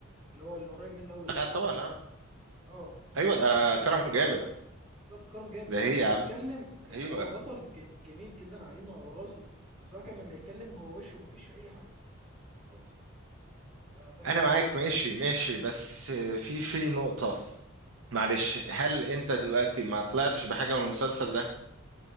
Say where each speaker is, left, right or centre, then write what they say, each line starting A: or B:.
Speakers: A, on the right; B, on the right.
A: اللي هو اللي قريب منه أوي الأقرع
B: لا طبعا آه.
A: أه
B: ايوه
A: ده
B: ده
A: كان
B: كرم
A: اه
B: جابر
A: بالظبط كرم جابر
B: ده هي
A: كان
B: يا
A: بيتكلم
B: عم
A: يعني
B: ايوه
A: هو بطل جميل, جميل جدا على عيني وعلى راسي بس هو كان لما يتكلم هو وشه ما فيش فيه اي حاجه خالص فده كان
B: انا معاك ماشي ماشي بس في في نقطة معلش هل انت دلوقتي ما طلعتش بحاجة من المسلسل ده